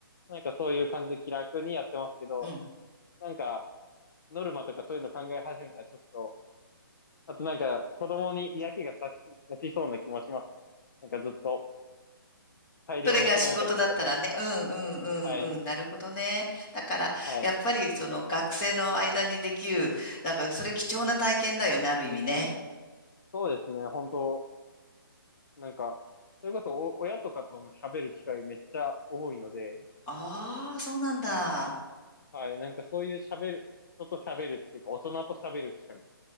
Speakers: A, on the left (about 55°); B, on the left (about 25°).
A: なんかそういう感じで気楽にやってますけど、
B: うん。
A: なんか、ノルマとかそういうの考え始めたらちょっと、あとなんか、子供に嫌気がさし、さしそうな気もしますね。なんかずっと、大量の子供たちを抱えてたら。
B: それが仕事だったらね。うんうんうんうん。
A: はい。
B: なるほどね。だから、
A: はい。
B: やっぱりその学生の間にできる、なんかそれ貴重な体験だよね、ある意味ね。
A: そうですね。本当なんか、それこそお、親とかとも喋る機会めっちゃ多いので、
B: ああ、そうなんだ。
A: はい。なんかそういう喋る、人と喋るっていうか、大人と喋る機会、